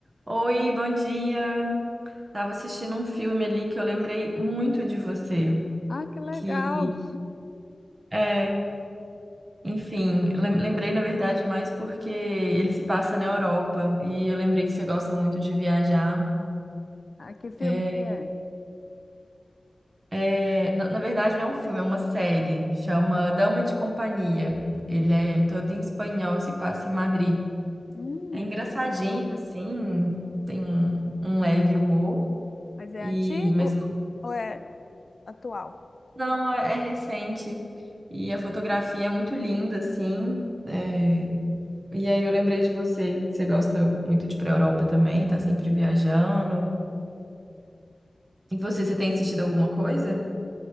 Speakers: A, on the right; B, on the left.
A: Oi, bom dia. Tava assistindo um filme ali que eu lembrei muito de você,
B: Ah, que legal.
A: que é, enfim, lem- lembrei na verdade mais porque ele se passa na Europa e eu lembrei que você gosta muito de viajar.
B: Ah, que filme
A: É,
B: que é?
A: é, na, na verdade não é um filme, é uma série, chama Dama de Companhia. Ele é todo em espanhol e se passa em Madrid.
B: Hum,
A: É engraçadinho assim, tem um, um leve humor
B: mas é
A: e
B: antigo
A: mas
B: ou é atual?
A: Não, é é recente. E a fotografia é muito linda, assim. É, E aí eu lembrei de você, que você gosta muito de ir pra Europa também, tá sempre viajando. E você, você tem assistido alguma coisa?